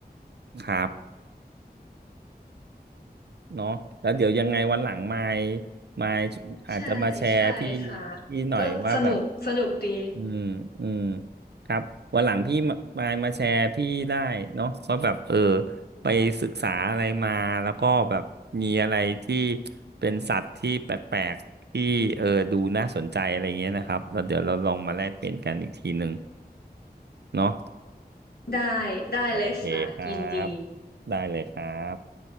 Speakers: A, on the right; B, on the left.
A: ครับเนาะแล้วเดี๋ยวยังไงวันหลังมายมายอาจจะมาแชร์พี่
B: ใช่ใช่ค่ะ
A: พี่หน่อยว่าแบบ
B: ก็สนุกสนุกดี
A: อืมอืมครับวันหลังพี่มามามาแชร์พี่ได้เนาะว่าแบบเออไปศึกษาอะไรมาแล้วก็แบบมีอะไรที่เป็นสัตว์ที่แปลกๆที่เออดูน่าสนใจอะไรเงี้ยนะครับแล้วเดี๋ยวเราลองมาแลกเปลี่ยนกันอีกทีหนึ่งเนาะ
B: ได้ได้เลยค่ะยินดี
A: โอเคครับได้เลยครับ